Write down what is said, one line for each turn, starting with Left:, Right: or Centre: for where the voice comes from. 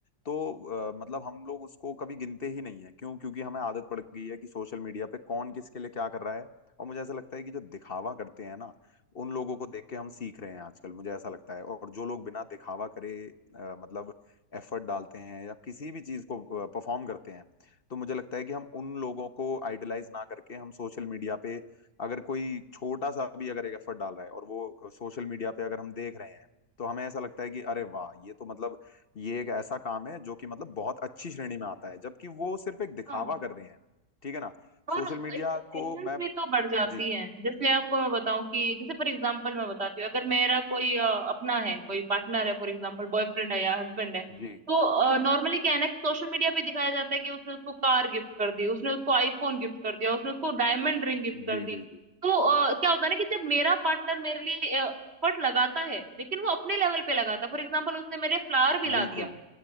Left: तो अ, मतलब हम लोग उसको कभी गिनते ही नहीं है क्यों क्योंकि हमें आदत पड़ गई है कि सोशल मीडिया पे कौन किसके लिए क्या कर रहा है और मुझे ऐसा लगता है कि जो दिखावा करते हैं ना उन लोगों को देख के हम सीख रहे हैं आजकल मुझे ऐसा लगता है और जो लोग बिना दिखावा करे अ, मतलब एफर्ट डालते हैं या किसी भी चीज को परफॉर्म करते हैं तो मुझे लगता है कि हम उन लोगों को आइडलाइज ना करके हम सोशल मीडिया पे अगर कोई छोटा सा भी अगर एक एफर्ट डाल रहा है और वो सोशल मीडिया पे अगर हम देख रहे हैं तो हमें ऐसा लगता है कि अरे वाह ये तो मतलब ये एक ऐसा काम है जो कि मतलब बहुत अच्छी श्रेणी में आता है जबकि वो सिर्फ एक दिखावा
Right: हाँ
Left: कर रहे हैं ठीक है ना
Right: और
Left: सोशल
Right: एक्सपेक्टेशंस
Left: मीडिया को मैं
Right: भी तो बढ़ जाती
Left: जी
Right: हैं जैसे आपको मैं बताऊं कि जैसे फॉर एग्जांपल मैं बताती हूँ अगर मेरा कोई अ, अपना है कोई पार्टनर है फॉर एग्जांपल बॉयफ्रेंड है या हस्बैंड है
Left: जी
Right: तो नॉर्मली क्या है ना कि सोशल मीडिया पे दिखाया जाता है कि उसने उसको कार गिफ्ट कर दी उसने उसको आईफोन गिफ्ट कर दिया उसने उसको डायमंड रिंग गिफ्ट कर
Left: जी
Right: दी
Left: जी जी
Right: तो अ, क्या होता है ना कि जब मेरा पार्टनर मेरे लिए एफर्ट लगाता है लेकिन वो अपने लेवल पे लगाता है फॉर एग्जाम्पल उसने मेरे फ्लावर भी ला
Left: बिल्कुल
Right: दिया